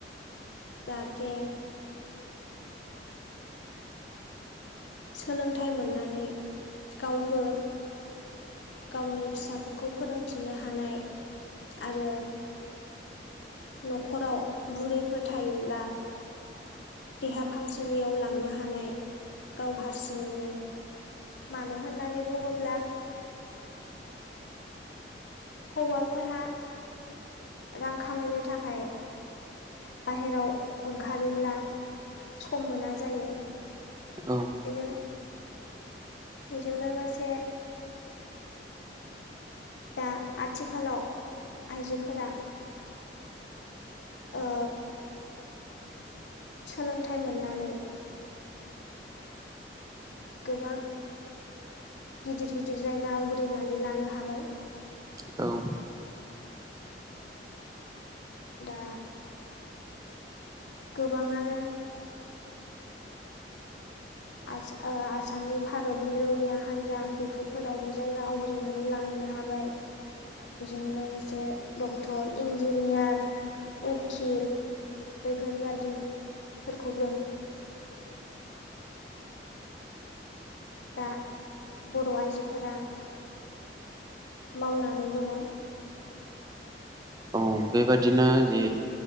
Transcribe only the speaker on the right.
औ
औ
औ बेबादिनो जि